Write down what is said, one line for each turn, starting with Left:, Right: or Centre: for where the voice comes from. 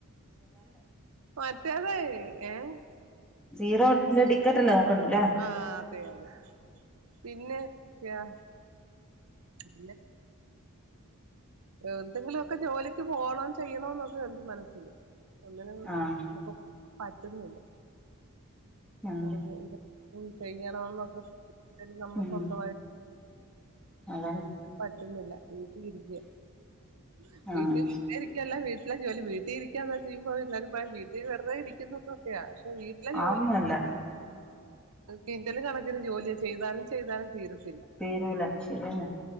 Right: മറ്റേതെ ഏഹ്
Centre: സീറോ ന്റെടി ക്കറ്റ് നോക്കണ്ടല്ലേ
Right: ആഹ് അതെ അതെ പിന്നെ <unintelligible> പിന്നേ എന്തെങ്കിലുമൊക്കെ ജോലിക്ക് പോകണം ചെയ്യണോന്നൊക്കെയുണ്ട് മനസ്സില് ഒന്നിനും
Centre: ആഹ്
Right: നമുക്ക് പറ്റുന്നില്ല
Centre: ആഹ്
Right: അറിയാണ്ട് ചെയ്യണം എന്നൊക്കെ നമുക്ക്
Centre: ഉം
Right: സ്വന്തവായി
Centre: അതാണ്
Right: പറ്റുന്നില്ല വീട്ടിലിരിക്കുവാ <unintelligible>
Centre: ആഹ്
Right: വിട്ടിലല്ലാ വീട്ടിലേ ജോലി വീട്ടിരിക്കാന്ന് വെച്ചാ ഇനീപ്പോ എല്ലാരും പറയും വീ ഈ വെറുതെ ഇരിക്കുന്നുന്നൊക്കെയാ പക്ഷെ വീട്ടിലെ ജോലിഒണ്ട്
Centre: ആന്നല്ല
Right: കിന്റല് കണക്കിന് ജോലിയാ ചെയ്താലും ചെയ്താലും തീരത്തില്ല
Centre: തീരൂല ശെരിയന്നെ